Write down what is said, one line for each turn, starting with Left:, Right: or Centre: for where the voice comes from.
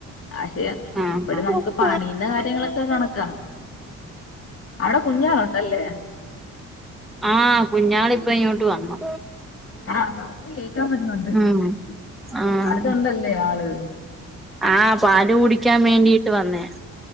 Left: പക്ഷെ
Centre: ആഹ്
Left: അപ്പഴും നമുക്ക് പണീന്ന കാര്യങ്ങളൊക്കെ കണക്കാ അവടെ കുഞ്ഞാളുണ്ടല്ലേ
Centre: ആഹ് കുഞ്ഞാളിപ്പിങ്ങോട്ട് വന്നു
Left: ആഹ് സൗണ്ട് കേക്കാൻ പറ്റുന്നുണ്ട്
Centre: ഉം ആഹ്
Left: അടുത്തൊണ്ടല്ലേ ആള്
Centre: ആഹ് പാല്
Left: എനിക്ക്
Centre: കുടിക്കാൻ വേണ്ടിട്ട് വന്നേയാ